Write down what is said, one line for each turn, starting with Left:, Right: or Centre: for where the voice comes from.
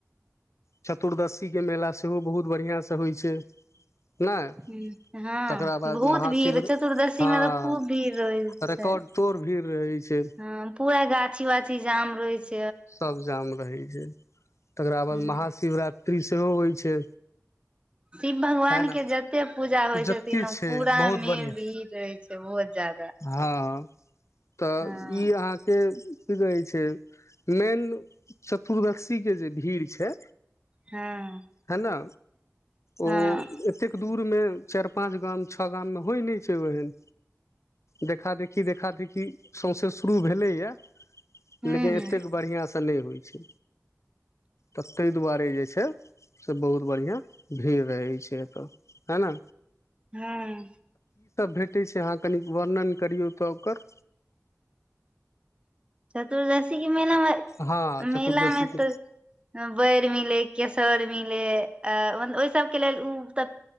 Left: चतुर्दसी के मेला सेहो बहुत बढ़िया सँ होइ छै। नहि
Right: हु हँ
Left: तकरा बाद
Right: बहुत
Left: महाशिविर
Right: भीड़ चतुर्दशी
Left: हँ
Right: मे तऽ खूब भीड़ रहै छय
Left: रिकॉर्ड तोड़ भीड़ रहै छै
Right: हँ पूरा गाछी वाछी जाम रोहय छय
Left: सब जाम रहै छय तकरा बाद
Right: हूँ
Left: महाशिवरात्रि सेहो होय छै।
Right: शिव भगवान
Left: है ने
Right: के जते पूजा होइ
Left: जते
Right: छथिन ओ
Left: छै
Right: पूरा
Left: बहुत
Right: मे
Left: बढ़िआँ
Right: भीड़ रहै छै बिहोत ज्यादा
Left: हँ तऽ
Right: हँ
Left: ई अहाँ के कि कहै छय मेन चतुर्दशीके जे भीड़ छय
Right: हँ
Left: है ना ओ
Right: हँ
Left: एतेके दू दूर मे चायर पाँच गाम छो गाम मे होय नय छै। आहेंन देखा देखी देखा देखी सौंसे शुरु भेले ये
Right: हूँ
Left: लेकिन
Right: हूँ
Left: एतेक बढ़िया से नै होय छै तऽ तय दुआरे जे छय से बहुत बढ़िया भीड़ रहै छै। एतो है ना
Right: हा आऽ
Left: भेटै छै अहाँ कनिक वर्णन करियों त ओकर
Right: चतुर्दशी के मेला मे
Left: हँ चतुर्दशी
Right: मेला मे
Left: के
Right: तऽ बैर मिलय केस सोर मिलै है आ ओहि सबके लेल उ तऽ